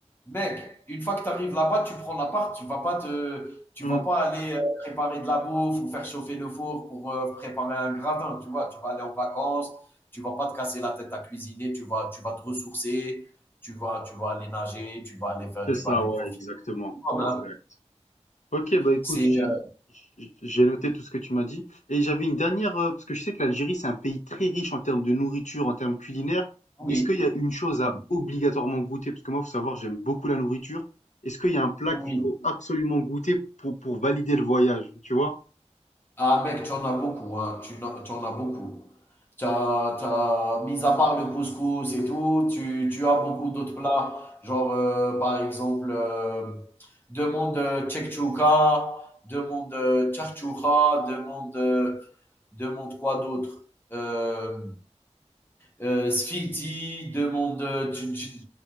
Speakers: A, on the left; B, on the left.
A: mec, une fois que tu arrives là-bas, tu prends la part. tu vas pas te tu
B: Hmm,
A: vas pas aller, heu, préparer de la bouffe ou faire chauffer le four pour, heu, préparer un gratin, tu vois? Tu vas aller en vacances, tu vas pas te casser la tête à cuisiner, tu vas tu vas te ressourcer, tu vas tu vas aller nager, tu vas aller faire
B: C'est
A: tu
B: ça,
A: vas aller
B: ouais,
A: profiter.
B: exactement.
A: au maximum,
B: Exact.
A: hein.
B: Ok, bah écoute,
A: C'est,
B: j'ai
A: heu
B: j'ai- j'ai noté tout ce que tu m'as dit. Et j'avais une dernière, euh, parce que je sais que l'Algérie, c'est un pays très riche en termes de nourriture, en termes culinaires.
A: oui,
B: Est-ce qu'il y a une chose à
A: oui,
B: obligatoirement goûter? Parce que moi, faut savoir, j'aime beaucoup la nourriture. Est-ce qu'il y a un plat
A: oui.
B: qu'il faut absolument goûter pour, pour valider le voyage, tu vois?
A: Ah mec, tu en as beaucoup, hein. Tu, n'en- tu en as beaucoup. T'as, t'as, mis à part le couscous et tout, tu, tu as beaucoup d'autres plats. Genre, euh, par exemple, euh, demande euh, tchekchouka, demande euh, tchartchouka, demande, euh, demande quoi d'autre? Euh, euh, sfiti, demande... euh, tu- tu-